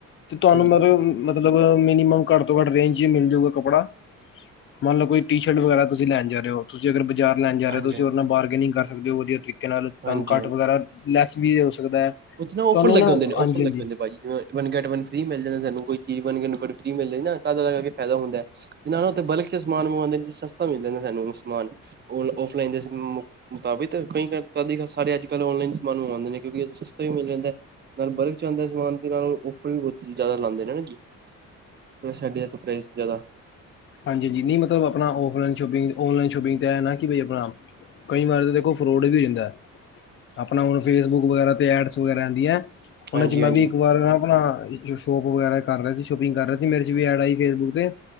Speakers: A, on the left; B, on the right.
A: ਤੇ ਤੁਹਾਨੂੰ ਮਤਲਬ
B: ਹਾਂਜੀ
A: ਮਤਲਬ ਮਿਨੀਮਮ ਘੱਟ ਤੋਂ ਘੱਟ ਰੇਂਜ ਚ ਹੀ ਮਿਲ ਜੂਗਾ ਕੱਪੜਾ। ਮੰਨਲੋ ਕੋਈ ਟੀ-ਸ਼ਰਟ ਵਗੈਰਾ ਤੁਸੀਂ ਲੈਣ ਜਾ ਰੇ ਔ, ਤੁਸੀਂ ਅਗਰ ਬਜ਼ਾਰ ਲੈਣ ਜਾ ਰਹੇ
B: ਹਾਂਜੀ
A: ਤੁਸੀਂ ਔਦੇ ਨਾਲ ਬਾਰਗੇਨਿੰਗ ਕਰ ਸਕਦੇ ਹੋ ਵਧੀਆ ਤਰੀਕ ਕੇ ਨਾਲ ਤੁਹਾਨੁ
B: ਹਾਂਜੀ
A: ਕੱਟ ਵਗੈਰਾ ਲੈਸ ਵੀ ਹੋ ਸਕਦੈ,
B: ਉੱਥੇ ਔਫਰ
A: ਤੁਹਾਨੂੰ
B: ਲੱਗੇ
A: ਨਾ
B: ਹੁੰਦੇ ਨੇ
A: ਹਾਂਜੀ
B: ਔਫਰ ਲੱਗੇ
A: ਹਾਂਜੀ।
B: ਹੁੰਦੇ ਭਾਜੀ ਵਨ ਗੈਟ ਵਨ ਫਰੀ ਮਿਲ ਜਾਂਦਾ ਸਾਨੂੰ ਕੋਈ। ਵਣ ਗੈਣ ਵਣ ਫਰੀ ਮਿਲ ਰੀ ਨਾ ਤਦ ਜਾ ਕਰਕੇ ਫੈਦਾ ਹੁੰਦੈ, ਤੇ ਨਾਲ ਔਥੇ ਬਲਕ ਕੇ ਸਮਾਨ ਮੰਗਵਾਂਦੇ ਜੇ ਸਸਤਾ ਮਿਲ ਜਾਂਦੈ ਸਾਨੂੰ। ਹੁਣ ਸਮਾਨ ਹੁਣ, ਔਫਲਾਈਨ ਦੇ ਮੁ-ਮੁਤਾਬਿਤ ਕਈ ਕਰ ਕਦੀ ਕਾ ਸਾਰੇ ਅੱਜ-ਕੱਲ੍ਹ ਔਨਲਾਈਨ ਸਮਾਨ ਮੰਗਵਾਦੇ ਨੇ ਕਿਉਂਕਿ ਔਦੋ ਚ ਸਸਤਾ ਵੀ ਮਿਲ ਜਾਂਦੈ, ਨਾਲ ਬਲਕ 'ਚ ਆੰਦੈ ਸਮਾਨ, ਤੇ ਨਾਲ ਔ ਥੋੜੀ ਬੌਤੀ ਜੈਦਾ ਲਾੰਦੇ ਨੇ ਨਾ ਜੀ। ਥੋੜਾ ਸਾਡੇ ਇੱਥੇ ਪ੍ਰਾਈਸ ਜ਼ਿਆਦਾ
A: ਹਾਂਜੀ ਹਾਂਜੀ, ਨੀ ਮਤਲਬ ਅਪਣਾ ਔਫਲਾਈਨ ਸ਼ੋਪਿੰਗ ਔਨਲਾਈਨ ਸ਼ੋਪਿੰਗ ਤੇ ਐਨਾ ਕਿ ਬਈ ਅਪਣਾ ਕਈ ਵਾਰ ਤ ਦੇਖੋ ਫਰੋਡ ਵੀ ਹੋ ਜਾਂਦੈ। ਆਪਣਾ ਹੁਣ ਫੇਸਬੁਕ ਵਗੈਰਾ ਤੇ ਐਡਸ ਵਗੈਰਾ ਆਂਦੀਐਂ, ਓਨਾਂ
B: ਹਾਂਜੀ
A: ਚ
B: ਹਾਂਜੀ
A: ਮੈਂ ਵੀ ਇੱਕ ਵਾਰ ਨਾ ਅਪਣਾ ਜੋ ਸ਼ੋਪ ਵਗੈਰਾ ਕਰ ਰਿਆ ਸੀ, ਸ਼ੋਪਿੰਗ ਕਰ ਰੇਆ ਸੀ, ਮੇਰੇ ਚ ਵੀ ਐਡ ਆਈ ਫੇਸਬੁੱਕ ਤੇ।